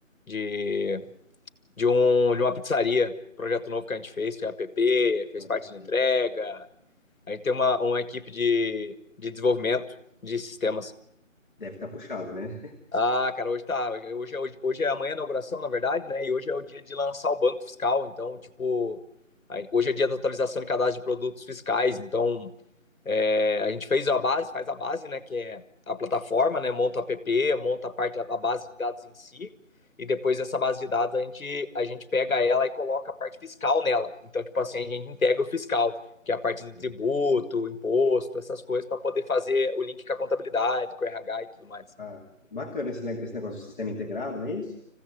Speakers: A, on the left (about 85°); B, on the left (about 40°).
A: de, de, um, de uma pizzaria. Um projeto novo que a gente fez, fez app, fez
B: olha,
A: parte
B: bacana.
A: de entrega. A gente tem uma, uma equipe de, de desenvolvimento de sistemas.
B: Deve estar puxado, né?
A: Ah, cara, hoje tá. Hoje hoje, é, hoje, é amanhã a inauguração, na verdade, né? E hoje é o dia de lançar o banco fiscal. Então, tipo, a- hoje é dia da atualização de cadastro de produtos fiscais. Então, é, a gente fez a base, faz a base, né? Que é a plataforma, né? Monta o app, monta a parte, a base de dados em si. E depois dessa base de dados, a gente, a gente pega ela e coloca a parte fiscal nela. Então, tipo assim, a gente integra o fiscal, que é a parte de tributo,
B: <laughs>
A: imposto, essas coisas, para poder fazer o link com a contabilidade, com o RH e tudo mais.
B: Ah, bacana esse, ne- esse negócio do sistema integrado, não é isso?